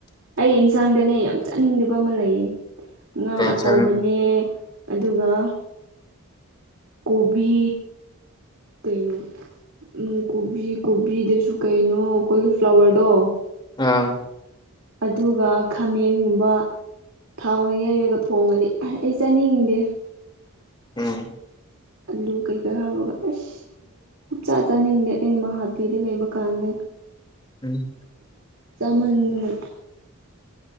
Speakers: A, on the right; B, on the left.
A: ꯑꯩ ꯌꯦꯟꯁꯥꯡꯗꯅꯦ ꯌꯥꯝ ꯆꯅꯤꯡꯗꯕ ꯑꯃ ꯂꯩꯌꯦ ꯉꯥ
B: ꯀꯩ
A: ꯑꯇꯧꯕꯅꯦ
B: ꯏꯟꯁꯥꯡ
A: ꯑꯗꯨꯒ ꯀꯣꯕꯤ ꯀꯩꯅꫭ ꯎ ꯀꯣꯕꯤ ꯀꯣꯕꯤꯗꯁꯨ ꯀꯩꯅꯣ ꯀꯣꯂꯤꯐ꯭ꯂꯥꯋꯔꯗꯣ
B: ꯑꯥ
A: ꯑꯗꯨꯒ ꯈꯥꯃꯦꯟꯒꯨꯝꯕ ꯊꯥꯎꯅ ꯌꯩꯔꯒ ꯊꯣꯡꯉꯗꯤ ꯑ ꯑꯩ ꯆꯥꯅꯤꯡꯗꯦ
B: ꯎꯝ
A: ꯑꯂꯨ ꯀꯩꯀꯩ ꯍꯥꯞꯄꯒ ꯑꯦꯁ ꯆꯞ ꯆꯥ ꯆꯥꯅꯤꯡꯗꯦ ꯑꯩ ꯃꯍꯥꯕꯂꯤꯗ ꯂꯩꯕ ꯀꯥꯟꯗ
B: ꯎꯝ
A: ꯆꯃꯥꯟꯗꯅꯥ